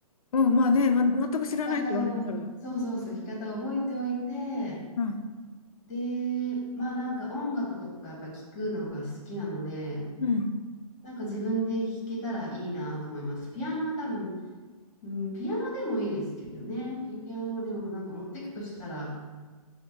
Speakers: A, on the left; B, on the left.
A: うん、まあね、ま、全く知らないと言われたから。
B: 生き方を、そうそうそう、生き方を覚えておいて、
A: うん。
B: で、まあなんか音楽とかやっぱ聞くのが好きなので、
A: うん。
B: なんか自分で弾けたらいいなと思います。ピアノは多分、うん、ピアノでもいいですけどね、ピアノでもなんか持ってくとしたら、